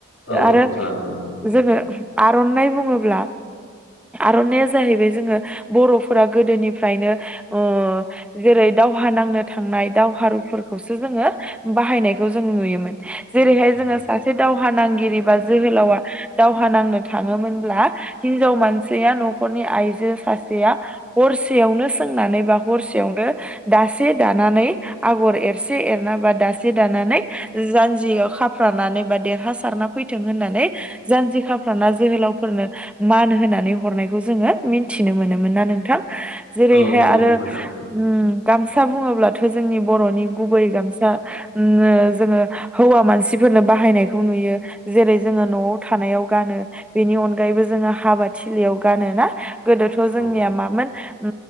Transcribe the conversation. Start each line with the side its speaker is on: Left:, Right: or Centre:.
Left: औ
Centre: आरो
Left: खालामो
Centre: जोङो आर'नाय बुङो ब्ला आर'नाया जाहैबाय जोङो बर'फोरा गोदोनिफ्रायनो ओ जेरै दावहा नांनो थांनाय दावहारुफोरखौसो जोङो बाहायनायखौ जों नुयोमोन। जेरैहाय
Left: औ
Centre: जोङो सासे दाव दावहा नांगिरि बा जोहोलावा दावहा नांनो थाङोमोनब्ला हिनजाव मानसिया न'खरनि आइजो सासेया हरसेयावनो सोंनानै बा हरसेयावनो दासे दानानै आगर एरसे एरना बा दासे दानानै जान्जियाव खाफ्रानानै बा देरहासारना फैथों होननानै जान्जि खाफ्राना जोहोलावफोरनो मान होनानै हरनायखौ जोङो मिथिनो मोनोमोन ना नोंथां। जेरैहाय
Left: औ नंगौ
Centre: आरो
Left: नोंथां
Centre: उम। गामसा बुङोब्लाथ' जोंनि बर'नि गुबै गामसा उम जोङो हौवा मानसिफोरनो बाहायनायखौ नुयो जेरै जोङो न'आव थानायाव गानो बेनि अनगायैबो जोङो हाबा थिलियाव गानो ना। गोदोथ' जोंनिया
Left: औ
Centre: मामोन उ